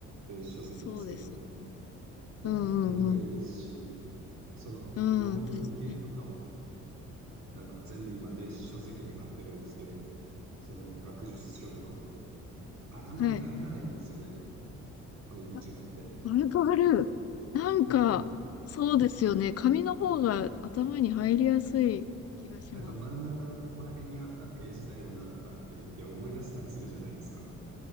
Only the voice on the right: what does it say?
電子書籍ですけど、
やっぱ紙がいいですし、
その論文系とかも、
なんか全部今電子書籍で買ってるんですけど、その学術書とかも頭に入らないんですよね、
紙と違って。
だ
なんか真ん中のここら辺にあったページだよなとかって言って思い出したりするじゃないですか。